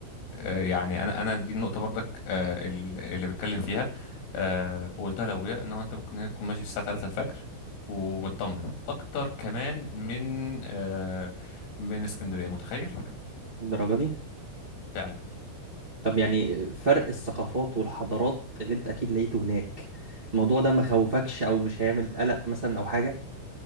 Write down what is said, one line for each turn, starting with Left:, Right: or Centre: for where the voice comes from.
Left: آه، يعني انا انا دي النقطه برضك آه ال- اللي بتكلم فيها آه وقلتها لابويا ان هو انت ممكن هنا تكون ماشي الساعه 3 الفجر ومطمن اكتر كمان من آه من اسكندريه متخيل
Right: الدرجة دي
Left: فعلا
Right: طب يعني فرق الثقافات والحضارات اللي أنت أكيد لقيته هناك الموضوع ده ما خوفكش أو مش هيعمل قلق مثلا أو حاجة